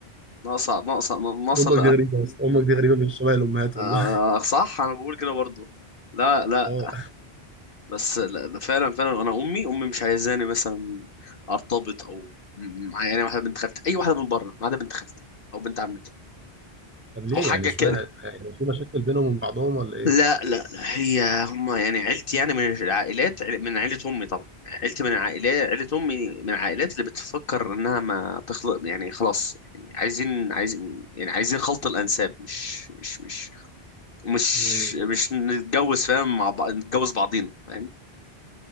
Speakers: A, on the left; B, on the right.
A: ناقصه ناقصه ناقصه
B: أمك
A: لا
B: دي غريبة بس أمك دي غريبة مش شبه الأمهات
A: آه
B: والله
A: صح انا بقول كده برضه لا لا
B: اه
A: بس لا لا، فعلا فعلا انا امي امي مش عايزاني مثلا ارتبط او م- مع يعني واحده بنت خالتي اي واحده من بره ما عدا بنت خالتي او بنت عمتي
B: طب ليه
A: او حاجه
B: يعني اشمعنى
A: كده
B: يعني في مشاكل بينهم وبين بعضهم ولا ايه؟
A: لا لا لا هي هما يعني عيلتي يعني من العائلات عيل- من عيلة أمي طبعا عيلتي من العائلات عيلة أمي من العائلات اللي بتفكر إنها ما تخلق يعني خلاص يعني عايزين عايزين يعني عايزين خلط الأنساب مش مش مش مش
B: مم.
A: مش نتجوز فاهم مع بعض نتجوز بعضينا فاهم